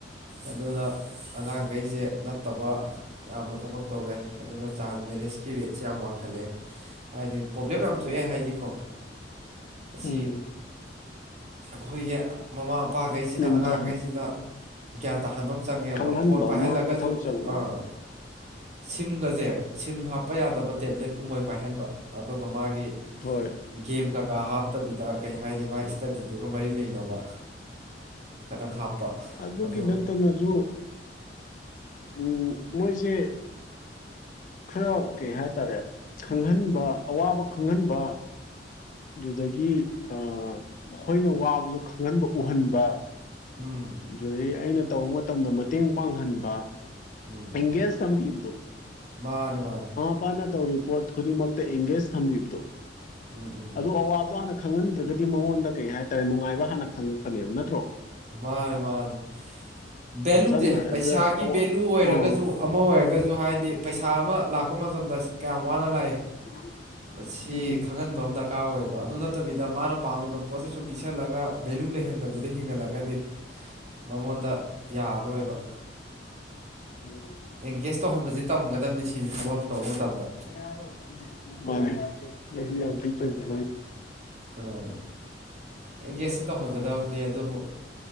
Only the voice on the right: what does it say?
ꯑꯗꯨꯅ ꯑꯉꯥꯡꯈꯩꯁꯦ ꯐꯠꯇꯕ ꯌꯥꯝꯅ ꯊꯕꯛ ꯇꯧꯔꯦ ꯑꯗꯨꯅ ꯆꯥꯏꯜ ꯃꯦꯔꯤꯖꯀꯤ ꯔꯦꯠꯁꯦ ꯌꯥꯝ ꯋꯥꯡꯈꯠꯂꯦ ꯍꯥꯏꯗꯤ ꯄ꯭ꯔꯣꯕ꯭ꯂꯦꯝ ꯌꯥꯝ ꯊꯣꯛꯑꯦ ꯍꯥꯏꯗꯤꯀꯣ ꯃꯁꯤ
ꯑꯩꯈꯣꯏꯒꯤ ꯃꯃꯥ ꯃꯄꯥꯈꯩꯁꯤꯅ
ꯑꯉꯥꯡꯈꯩꯁꯤꯗ ꯒ꯭ꯌꯥꯟ ꯇꯥꯍꯟꯕ ꯑꯃ ꯆꯪꯉꯦꯕ
ꯐꯣꯟ ꯄꯥꯏꯍꯜꯂꯒꯁꯨ
ꯑꯥ ꯁꯤꯝꯒꯁꯦ ꯁꯤꯝ ꯍꯥꯞꯄ ꯌꯥꯗꯕ ꯇꯦꯕ꯭ꯂꯦꯠ ꯀꯨꯝꯕꯣꯏ ꯄꯥꯏꯍꯟꯕ ꯑꯗꯨꯒ ꯃꯥꯒꯤ
ꯒꯦꯝ ꯀꯀꯥ ꯍꯥꯞꯇꯕꯤꯗ ꯀꯩ ꯍꯥꯏꯅꯤ ꯃꯥꯒꯤ ꯏꯁꯇꯗꯤꯗꯨꯒ ꯃꯔꯤ ꯂꯩꯅꯕ ꯇꯪꯈꯥꯇꯥ ꯍꯥꯞꯄ
ꯑꯗꯣ
ꯎꯝ
ꯎꯝ
ꯃꯥꯅꯦ ꯃꯥꯅꯦ
ꯎꯝ ꯎꯝ
ꯃꯥꯅꯦ ꯃꯥꯅꯦ ꯕꯦꯂꯨꯗ
ꯄꯩꯁꯥꯒꯤ
ꯕꯦꯂꯨ ꯂꯨ ꯑꯣꯏꯔꯒꯁꯨ
ꯑꯃ ꯑꯣꯏꯔꯒꯁꯨ ꯍꯥꯏꯗꯤ ꯄꯩꯁꯥ ꯑꯃ ꯂꯥꯛꯄ ꯃꯇꯝꯗ ꯀꯌꯥꯝ ꯋꯥꯅ ꯂꯥꯛꯏ
ꯃꯁꯤ
ꯈꯪꯍꯟꯕ ꯑꯃ ꯗꯔꯀꯥꯔ ꯑꯣꯏꯌꯦꯕ ꯑꯗꯨ ꯅꯠꯇꯕꯤꯗ ꯃꯥꯅ ꯄꯥꯝꯃꯤꯕ ꯄꯣꯠꯁꯦ ꯁꯨꯝ ꯄꯤꯁꯜꯂꯒ ꯚꯦꯂꯨ ꯂꯩꯍꯟꯗꯕꯤꯗ ꯍꯤꯡꯍꯜꯂꯒꯗꯤ ꯃꯉꯣꯟꯗ ꯌꯥꯔꯔꯣꯏꯕ
ꯑꯦꯡꯒꯦꯖ ꯇꯧꯍꯟꯕꯁ ꯇꯝꯒꯗꯕꯅꯤ ꯁꯤꯅꯤ ꯊꯕꯛ ꯑꯃ ꯇꯧꯕ ꯃꯇꯝꯗ
ꯑꯣ ꯑꯦꯡꯒꯦꯖꯁ ꯇꯧꯍꯟꯒꯗꯕꯅꯦ ꯑꯗꯨꯕꯨ